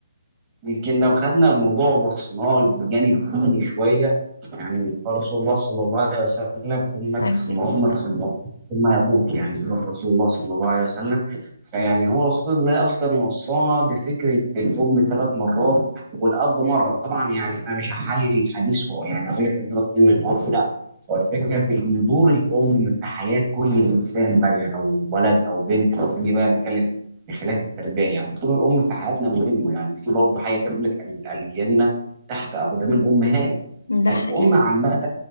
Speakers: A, on the right; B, on the left.
A: يمكن لو خدنا الموضوع وبصيناه للجانب الديني شويه يعني رسول الله صلى الله عليه وسلم امك
B: عايزة
A: ثم
B: تسلم
A: امك ثم أمك ثم ابوك يعني ده رسول الله صلى الله عليه وسلم فيعني هو رسول الله اصلا وصانا بفكره الام ثلاث مرات والاب مره طبعا يعني انا مش هحلل الحديث هو يعني اقول لك ان ده تقييم الاب لا هو الفكره في ان دور الام في حياه كل انسان بقى يعني لو ولد او بنت او بني بقى نتكلم بخلاف التربيه يعني دور الام في حياتنا مهم يعني في برضه حاجه تقول لك ال- الجنه تحت اقدام الامهات
B: ده
A: فالام
B: حقيقي
A: عامه